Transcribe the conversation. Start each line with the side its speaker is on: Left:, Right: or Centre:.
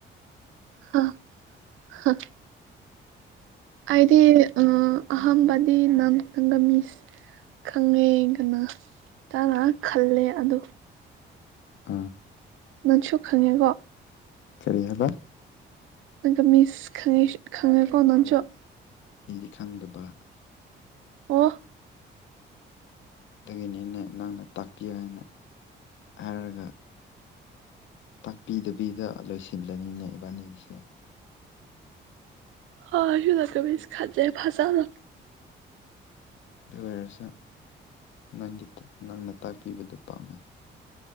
Right: ꯍ‌ ꯍ ꯑꯩꯗꯤ ꯑꯍꯝꯕꯗꯤ <unintelligible> ꯅ ꯅꯪꯒꯃꯤꯁ ꯈꯪꯉꯦ ꯀꯅꯥ ꯇꯥꯅ ꯈꯜꯂꯦ ꯑꯗꯨ
Left: ꯑꯥ
Right: ꯅꯪꯁꯨ ꯈꯪꯉꯦꯀꯣ
Left: ꯀꯔꯤ ꯍꯥꯏꯕꯥ
Right: ꯑ ꯃꯤꯁ ꯈ ꯈꯉ ꯀꯅ ꯆꯣ
Left: ꯑꯩꯗꯤ ꯈꯪꯗꯕ
Right: ꯋꯥꯍ
Left: ꯗꯒꯤꯅꯤ ꯑꯩꯅ ꯅꯪꯅ ꯇꯥꯛꯄꯤꯌꯨ ꯍꯥꯏꯅ ꯍꯥꯏꯔꯒ ꯇꯥꯛꯄꯤꯗꯕꯤꯗ ꯂꯣꯏꯁꯤꯜꯂꯅꯤꯅꯦ ꯏꯕꯥꯅꯤꯒꯤꯁꯦ
Right: ꯑ ꯏꯂꯀꯦ ꯃꯤꯁ ꯈꯥꯖꯦ ꯐꯁꯅ
Left: ꯗꯋꯔꯁ ꯅꯪꯒꯤ ꯅꯪꯅ ꯇꯥꯛꯄꯤꯕꯗ ꯄꯥꯝꯃꯤ